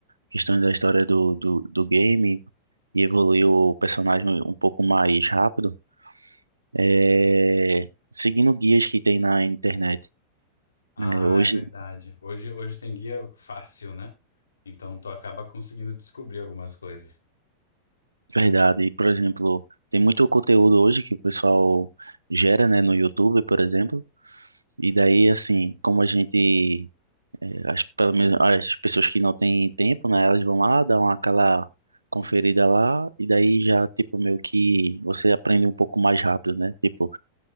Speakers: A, on the right; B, on the left.
A: questões da história do, do, do game e evoluir o personagem um pouco mais rápido, é seguindo guias que tem na internet.
B: Ah,
A: né? hoje
B: é verdade. Hoje, hoje tem guia fácil, né? Então tu acaba conseguindo descobrir algumas coisas.
A: Verdade. E, por exemplo, tem muito conteúdo hoje que o pessoal gera, né, no YouTube, por exemplo. E daí, assim, como a gente, eh, as, pelo menos as pessoas que não têm tempo, né, elas vão lá, dão aquela conferida lá, e daí já, tipo, meio que você aprende um pouco mais rápido, né? Tipo,